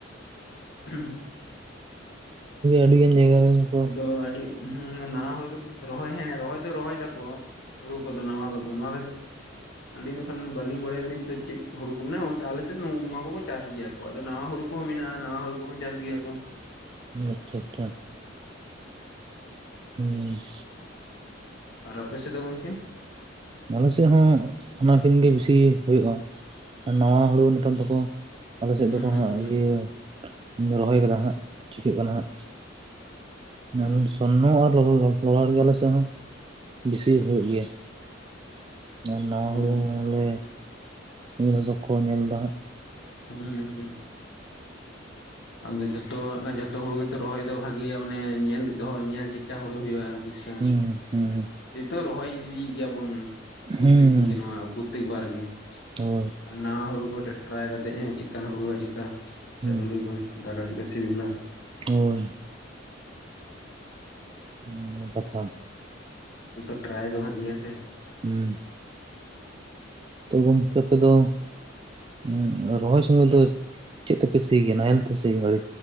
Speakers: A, on the left; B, on the right.
A: <inaudible>
B: <inaudible> ᱟᱹᱰᱤᱜᱟᱱ ᱡᱟᱭᱜᱟ ᱨᱮ ᱾
A: ᱟᱫᱚ ᱟᱹᱰᱤ ᱦᱩᱸ ᱱᱟᱣᱟ <unintelligible> ᱨᱚᱦᱚᱭ ᱦᱮᱸ ᱨᱚᱦᱚᱭ ᱫᱚ ᱨᱚᱦᱚᱭ ᱫᱟ ᱠᱚ ᱦᱩᱲᱩ ᱠᱚᱫᱚ ᱱᱟᱣᱟ ᱠᱚᱫᱚ ᱱᱚᱣᱟ ᱠᱷᱟᱹᱛᱤᱨ ᱟᱹᱞᱤᱧ ᱫᱚᱠᱷᱟᱱ ᱵᱟᱹᱞᱤᱧ ᱵᱟᱲᱟᱭᱟᱞᱤᱧ ᱛᱚ ᱪᱮᱫ ᱦᱩᱲᱩ ᱠᱚ ᱢᱮᱱᱟᱜᱼᱟ? ᱚᱱᱛᱮ ᱟᱞᱮᱥᱮᱫ ᱱᱚᱣᱟ ᱠᱚᱠᱚ ᱪᱟᱥ ᱜᱮᱭᱟ ᱠᱚ ᱟᱫᱚ ᱱᱟᱣᱟ ᱦᱩᱲᱩ ᱠᱚᱦᱚᱸ ᱢᱮᱱᱟᱜᱼᱟ ᱱᱟᱣᱟ ᱦᱩᱲᱩ ᱠᱚᱦᱚᱸ ᱪᱟᱥ ᱜᱮᱭᱟ ᱠᱚ ᱾
B: ᱟᱪᱪᱷᱟ ᱟᱪᱪᱷᱟ ᱾ ᱦᱩᱸ ᱾
A: ᱟᱨ ᱟᱯᱮ ᱥᱮᱫ ᱫᱚ ᱜᱚᱝᱠᱮ?
B: ᱟᱞᱮ ᱥᱮᱫ ᱦᱚᱸ ᱚᱱᱟᱠᱤᱱ ᱜᱮ ᱵᱤᱥᱤ ᱦᱳᱭᱳᱜᱼᱟ, ᱟᱨ ᱱᱟᱣᱟ ᱦᱳᱲᱳ ᱱᱮᱛᱟᱨ ᱫᱚᱠᱚ ᱟᱞᱮ ᱥᱮᱫ
A: ᱦᱩᱸ
B: ᱫᱚᱠᱚ
A: ᱦᱩᱸ
B: ᱦᱟᱸᱜ
A: ᱦᱩᱸ
B: ᱤᱭᱟᱹ ᱨᱚᱦᱚᱭ ᱠᱟᱫᱟ ᱦᱟᱸᱜ ᱪᱤᱠᱟᱹᱜ ᱠᱟᱱᱟ ᱦᱟᱸᱜ? <unintelligible>
A: ᱚ
B: ᱥᱚᱨᱱᱚ ᱟᱨ ᱞᱚᱞᱚ ᱞᱚᱞᱟᱴ ᱜᱮ ᱟᱞᱮ ᱥᱮ ᱦᱚᱸ ᱵᱤᱥᱤ ᱦᱩᱭᱩᱜ ᱜᱮᱭᱟ ᱾
A: <inaudible>
B: ᱟᱨ ᱱᱟᱣᱟ
A: ᱦᱩᱸ
B: ᱦᱩᱲᱩ ᱦᱚᱸᱞᱮ ᱱᱤᱭᱟᱹ ᱫᱷᱟ ᱫᱚ ᱠᱚ ᱧᱮᱞ ᱫᱟ ᱦᱟᱸᱜ ᱾
A: ᱦᱩᱸ ᱾ ᱟᱫᱚ ᱡᱷᱚᱛᱚ ᱦᱟᱜ ᱠᱷᱟᱱ ᱡᱚᱛᱚ ᱦᱳᱲᱳ ᱜᱮᱛᱚ ᱨᱚᱦᱚᱭ ᱫᱚ ᱵᱷᱟᱜᱤᱭᱟ ᱢᱟᱱᱮ ᱧᱮᱞ ᱫᱚᱦᱚ ᱧᱮᱞ ᱪᱮᱫᱠᱟ ᱦᱳᱲᱳ ᱦᱳᱭᱳᱜᱼᱟ? ᱪᱤᱠᱠᱟ
B: ᱦᱩᱸ ᱦᱩᱸ
A: ᱱᱤᱛᱚᱜ ᱨᱚᱦᱚᱭ ᱤᱫᱤᱭᱮᱫ ᱜᱮᱭᱟ ᱵᱚᱱ ᱯᱨᱚᱛᱮᱠ
B: ᱦᱩᱸ
A: ᱫᱤᱱ ᱜᱮ ᱱᱚᱣᱟ ᱯᱨᱚᱛᱮᱠ ᱵᱟᱨ ᱜᱮ ᱾
B: ᱦᱳᱭ ᱾
A: ᱟ ᱱᱟᱶᱟ ᱦᱩᱲᱩ ᱠᱚ ᱴᱟ-ᱴᱨᱟᱭ ᱠᱟᱛᱮᱜ ᱦᱮᱸ ᱪᱮᱜᱠᱟᱱ ᱦᱩᱲᱩᱼᱟ ᱪᱮᱜᱠᱟ
B: ᱦᱩᱸ
A: ᱪᱟᱣᱞᱮ ᱠᱚ ᱫᱟᱠᱟ ᱠᱚ ᱪᱮᱜᱠᱟ ᱥᱤᱵᱤᱞᱟ?
B: ᱦᱳᱭ ᱾ <inaudible> ᱠᱟᱛᱷᱟ ᱾
A: ᱛᱩ ᱛᱚ ᱴᱨᱟᱭ ᱫᱚ ᱵᱷᱟᱜᱤ ᱭᱟᱥᱮ ᱾
B: ᱦᱩᱸ ᱾ ᱛᱚ ᱜᱚᱝᱠᱮ ᱟᱯᱮ ᱫᱚ ᱩᱸᱜ ᱨᱚᱦᱚᱭ ᱥᱚᱢᱚᱭ ᱫᱚ ᱪᱮᱫ ᱛᱮᱯᱮ ᱥᱤ ᱜᱮᱭᱟ ᱱᱟᱦᱮᱞ ᱛᱮᱥᱮ ᱤᱭᱟᱹ ᱜᱟᱹᱲᱤ